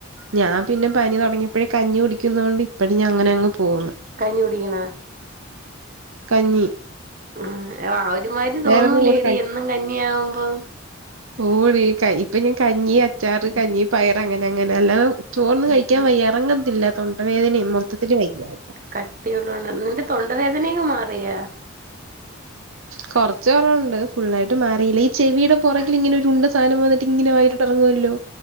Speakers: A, on the right; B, on the right.
A: ഞാൻ പിന്നെ പനി തുടങ്ങിയപ്പോഴേ കഞ്ഞി കുടിക്കുന്നതൊണ്ട് ഇപ്പഴും ഞാ അങ്ങനെ അങ്ങ് പോകുന്നു
B: കഞ്ഞി കുടിക്കണ
A: കഞ്ഞി
B: ഉം അവ ഒരുമാതി തോന്നൂലേഡി
A: വേറൊന്നും ഇങ്ങോട്ട്
B: എന്നും കന്നിയാവുമ്പം
A: ഓഴീക്കായി ഇപ്പ ഞാൻ കഞ്ഞി അച്ചാറ് കഞ്ഞി പയറങ്ങനെ അങ്ങനെ അല്ലാതെ ചോർന്ന് കഴിക്കാൻ വയ്യ എറങ്ങത്തില്ല തൊണ്ടവേദനിം മൊത്തത്തില് വയ്യായ്ക
B: കട്ടിയുളള്ള നിന്റെ തൊണ്ടവേദനെക്കെ മാറിയാ <inaudible>
A: കൊറച്ച് കൊറവുണ്ട് ഫുള്ളായിട്ട് മാറിയില്ല ഈ ചെവിയുടെ പുറകിലിങ്ങനൊരുണ്ട സാധനം വന്നിട്ടിങ്ങനെ വായിലിട്ടെറങ്ങോവല്ലോ?